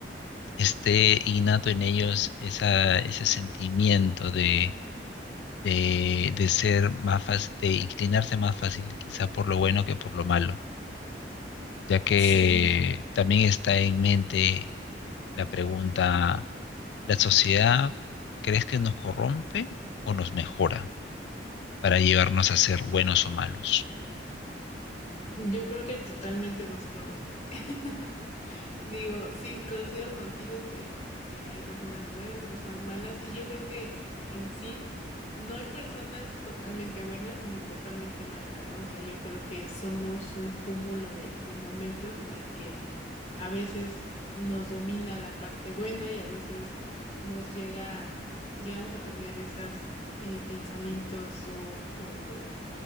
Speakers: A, on the left; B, on the left.
A: esté innato en ellos esa, ese sentimiento de de, de ser más fácil, de inclinarse más fácil quizá por lo bueno que por lo malo, ya que
B: Sí.
A: también está en mente la pregunta, ¿la sociedad crees que nos corrompe o nos mejora para llevarnos a ser buenos o malos?
B: Yo creo que totalmente nos corrompe. <laughs> Digo, sí, coincido contigo que, que hay personas buenas y personas malas, y yo creo que en sí no hay personas totalmente buenas ni totalmente malas, ¿no? O sea, yo creo que somos un cúmulo de, de momentos en el que a veces nos domina la parte buena y a veces nos llega, llegamos a tener esos pensamientos o, o